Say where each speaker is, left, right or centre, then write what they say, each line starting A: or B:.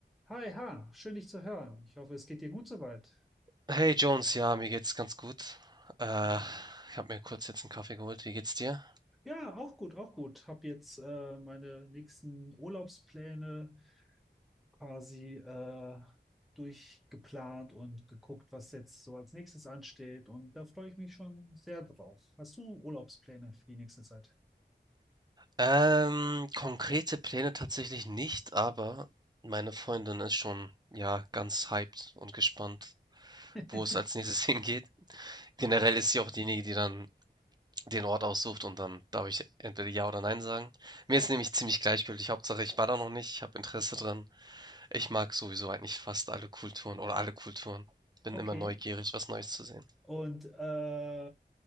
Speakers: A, in the centre; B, on the right.
A: Hi Han, schön dich zu hören. Ich hoffe, es geht dir gut soweit.
B: Hey Jones, ja, mir geht's ganz gut. Äh,
A: Ja.
B: ich habe mir kurz jetzt einen Kaffee geholt. Wie geht's dir?
A: Ja, auch gut, auch gut. Hab jetzt äh, meine nächsten Urlaubspläne quasi äh, durchgeplant und geguckt, was jetzt so als nächstes ansteht. Und da freue ich mich schon sehr drauf. Hast du Urlaubspläne für die nächste Zeit?
B: Ähm, konkrete Pläne tatsächlich nicht, aber meine Freundin ist schon, ja, ganz hyped und gespannt,
A: <laughs>
B: wo es als nächstes <laughs> hingeht. Generell ist sie auch diejenige, die dann den Ort aussucht und dann darf ich entweder Ja oder Nein sagen. Mir ist nämlich ziemlich gleichgültig. Hauptsache, ich war da noch nicht, ich habe Interesse dran. Ich mag sowieso eigentlich fast alle Kulturen oder alle Kulturen. Bin
A: Okay.
B: immer neugierig, was Neues zu sehen.
A: Und äh,